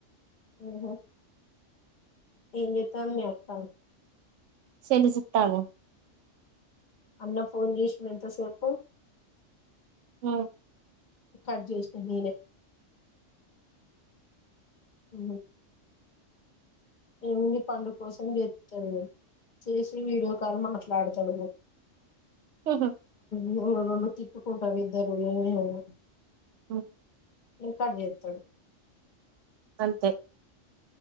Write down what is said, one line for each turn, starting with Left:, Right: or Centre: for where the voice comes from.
Left: ఓహో ఏం చెతాను మప్ప
Right: శెనిజప్తాను
Left: అన్న ఫోన్ చేష్ మంత సకు
Right: హ్మ్
Left: కర్జ అను అ ఏమింది పండు కోసం గతాడు చేసి వీడియో కాల్ మాట్లాడతాడు
Right: హహ
Left: న రండు తిట్టుకుంటారుద్దరు ఏనురు
Right: అ
Left: ఏ కజతుడు
Right: అంతే